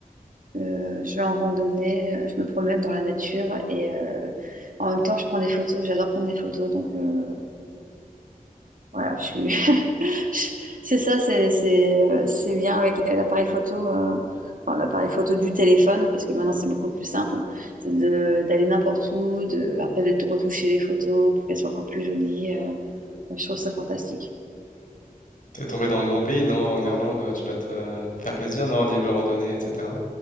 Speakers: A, on the right (about 65°); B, on the left (about 60°).
A: Euh, je vais en randonnée, euh, je me promène dans la nature et euh, en même temps, je prends des photos. J'adore prendre des photos. Donc, euh, voilà, je suis... <laughs> je- c'est ça, c'est c'est, euh, c'est bien avec l'appareil photo, euh, enfin, l'appareil photo du téléphone, parce que maintenant, c'est beaucoup plus simple. C'est de- d'aller n'importe où, de, après de retoucher les photos pour qu'elles soient encore plus jolies. euh, Ouais, je trouve ça fantastique.
B: T'es tombé dans le bon pays, non? En Irlande, tu dois te faire plaisir, non? Au niveau randonnée, etc.